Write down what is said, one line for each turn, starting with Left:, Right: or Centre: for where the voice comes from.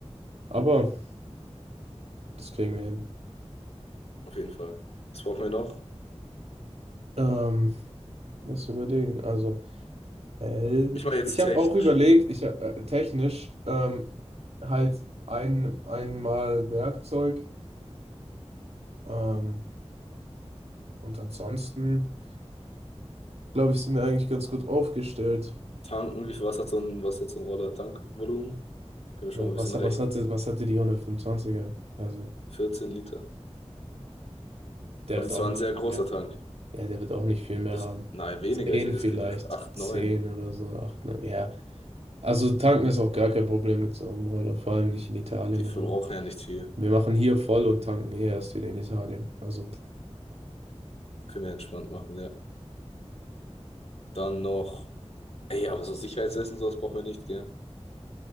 Right: Aber das kriegen wir hin.
Left: Auf jeden Fall. Was brauchen wir noch?
Right: Ähm, Lass überlegen. Also, Helm.
Left: Ich meine jetzt
Right: Ich habe
Left: technisch.
Right: auch überlegt, ich hab, äh, technisch ähm, halt ein, einmal Werkzeug ähm, und ansonsten, glaube ich, sind wir eigentlich ganz gut aufgestellt.
Left: Tanken, wie viel Wasser hat so ein, was hat so ein Roller? Tankvolumen? Können wir schon mal ein
Right: Was,
Left: bisschen
Right: was
Left: rechnen.
Right: hatte, was hatte die 125er? Also,
Left: 14 Liter.
Right: der
Left: Und
Right: wird
Left: die
Right: auch
Left: war
Right: nicht
Left: ein sehr
Right: viel
Left: großer
Right: mehr.
Left: Tank.
Right: Ja, der wird auch nicht viel mehr
Left: Das,
Right: haben.
Left: nein, weniger.
Right: Zehn
Left: Ich hätte
Right: vielleicht,
Left: es gedacht. 8,
Right: zehn
Left: 9.
Right: oder so, acht, neun, ja. Also, tanken ist auch gar kein Problem mit so einem Roller, vor allem nicht in Italien
Left: Die verbrauchen
Right: oder so.
Left: ja nicht viel.
Right: Wir machen hier voll und tanken hier erst wieder in Italien. Also,
Left: Können wir entspannt machen, ja. Dann noch. Ey, aber so Sicherheitsessen, sowas brauchen wir nicht, gell?